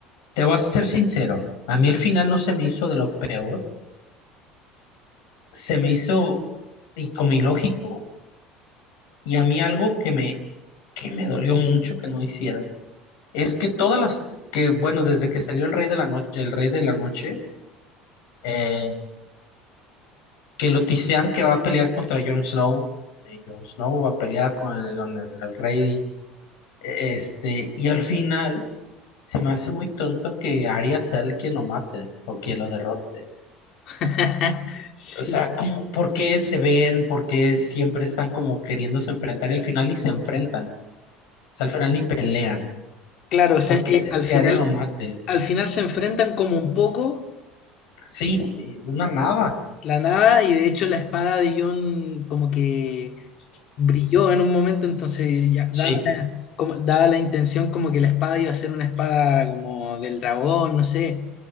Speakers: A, on the left; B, on the left.
A: Te voy a ser sincero, a mí el final no se me hizo de lo peor, se me hizo y como ilógico y a mí algo que me que me dolió mucho que no hicieran es que todas las que bueno, desde que salió el Rey de la Noche, el Rey de la Noche, eh, que lo tisean que va a pelear contra Jon Snow, eh, Jon Snow va a pelear con el, con el, el Rey Este, y al final se me hace muy tonto que Arya sea el que lo mate o que lo derrote.
B: <laughs> Sí,
A: O sea, ¿cómo- por qué se ven? ¿Por qué siempre están como queriéndose enfrentar y al final ni se enfrentan? O sea, al final ni pelean.
B: claro, se-
A: ¿Por qué
B: eh,
A: haces
B: al
A: que
B: final,
A: Arya lo mate?
B: al final se enfrentan como un poco
A: Sí, y una nada.
B: la nada y de hecho la espada de Jon como que brilló en un momento, entonces ya
A: Sí,
B: daba la, como, daba la intención como que la espada iba a ser una espada como del dragón, no sé,